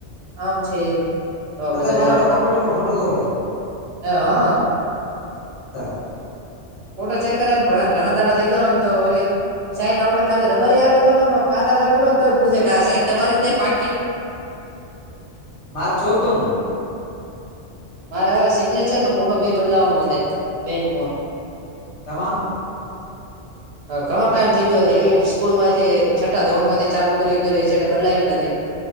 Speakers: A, on the right; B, on the left.
A: આમ છે. તો કીધું
B: અંદર
A: રેવાય
B: મારેઓલ કોમ્પ્યુટરમાં ફોટો જોવો
A: હા
B: <unintelligible>
A: ફોટો ચેક કરે ને ભલે ઘણા દાડા થઇ જવાને તોવરી સાઈન આપડે ખાલી રબારી આગળ લખવા પાછળ લખવાને તો પૂછે કે સાઈન તમારી જ છે ને પાકી
B: મારે છોડતો ની
A: મારે હવે સિગ્નેચર ન ફોટો બે બદલાવાનો થાય બેંકમ
B: ત <unintelligible>
A: હ ઘણો ટાઈમ થઇ ગયો હે સ્કૂલ માંથી છઠ્ઠા ધોરણ માંથી ચાલુ કર્યુ ઈ કર્યુ સેટર બદલાવ્યુ નથી